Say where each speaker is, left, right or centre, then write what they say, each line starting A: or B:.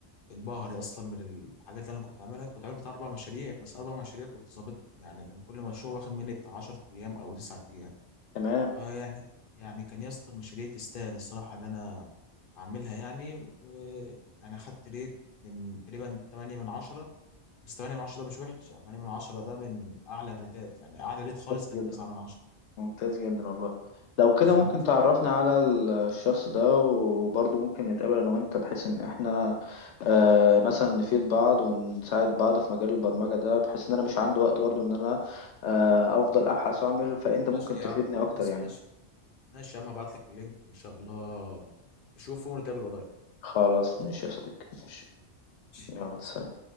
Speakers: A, on the left (about 55°); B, on the left (about 80°).
A: انبهر يا اصلا من الحاجات اللي انا كنت عاملها كنت عامل بتاع اربع مشاريع بس اربع مشاريع كنت ظابطهم يعني كان كل مشروع واخد مني بتاع 10 ايام او 9 ايام
B: تمام
A: فيعني يعني كان يا اسطى المشاريع تستاهل الصراحه اللي انا اعملها يعني وانا خدت ريت من تقريبا 8 من 10 بس 8 من 10 ده مش وحش يعني 8 من 10 ده من اعلى الريتات يعني اعلى ريت خالص
B: كويس
A: كان
B: جدا
A: 9 من 10
B: ممتاز جدا والله لو كده
A: بالظبط
B: ممكن تعرفنا على ال- الشخص ده وبرضه ممكن نتقابل انا وانت بحيث ان احنا آه مثلا نفيد بعض ونساعد بعض في مجال البرمجة ده بحيث ان انا مش عندي وقت برضه ان انا آه افضل ابحث واعمل فانت
A: خلاص ماشي
B: ممكن تفيدني
A: يا عم
B: اكتر
A: خلاص
B: يعني
A: ماشي ماشي يا عم ابعت لك اللينك ان شاء الله تشوفه ونتقابل قريب
B: خلاص ماشي يا صديقي ماشي يلا
A: يلا
B: سلام
A: سلام